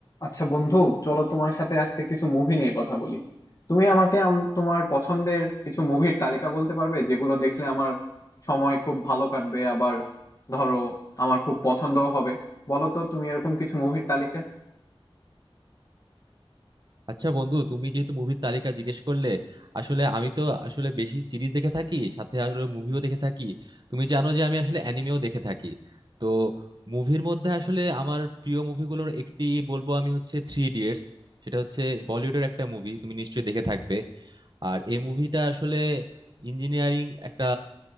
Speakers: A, on the left; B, on the right.
A: আচ্ছা বন্ধু চলো তোমার সাথে আজকে কিছু মুভি নিয়ে কথা বলি তুমি আমাকে আম- তোমার পছন্দের কিছু মুভির তালিকা বলতে পারবে যেগুলো দেখলে আমার সময় খুব ভালো কাটবে আবার ধরো আমার খুব পছন্দও হবে বলো তো তুমি এরকম কিছু মুভির তালিকা
B: আচ্ছা বন্ধু তুমি যেহেতু মুভির তালিকা জিজ্ঞেস করলে আসলে আমি তো আসলে বেশি সিরিজ দেখে থাকি সাথে আসলে মুভিও দেখে থাকি তুমি জানো যে আমি আসলে অ্যানিমেও দেখে থাকি তো মুভির মধ্যে আসলে আমার প্রিয় মুভিগুলোর একটি বলবো আমি হচ্ছে থ্রি ইডিয়টস সেটা হচ্ছে বলিউডের একটা মুভি তুমি নিশ্চয়ই দেখে থাকবে আর এই মুভিটা আসলে ইঞ্জিনিয়ারিং একটা